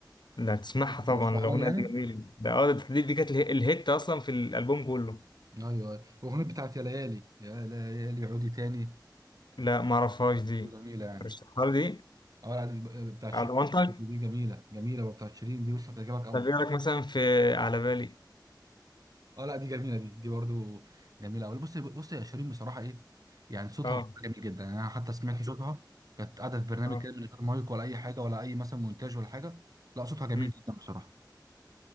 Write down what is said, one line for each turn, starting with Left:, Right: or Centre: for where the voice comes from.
Left: ده هتسمعها
Right: بترشحها
Left: طبعا الأغنية
Right: لي يعني
Left: دي جميلة ده اه ده- دي, دي كانت اله- الهيت أصلا في الألبوم كله
Right: ايوه ايوه اغنيه بتاعت يا ليالي يا ليالي عودي تاني
Left: لا معرفهاش دي
Right: برضه جميله يعني
Left: رشحها لي دي
Right: اه لا، دي ب- بتاعت شيرين
Left: على ضمانتك
Right: دي جميله جميله برضه بتاعت شيرين دي بص هتعجبك قوي
Left: طب إيه رأيك مثلا في على بالي
Right: اه لا دي جميله دي دي برضو جميله قوي بص بص يا شيرين بصراحه ايه يعني صوتها
Left: اه
Right: صوتها جميل جدا يعني انا حتى سمعت صوتها كانت قاعده في برنامج
Left: اه
Right: كده من غير مايك ولا اي حاجه ولا اي مثلا مونتاج ولا حاجه لا صوتها جميل
Left: مم.
Right: جدا بصراحه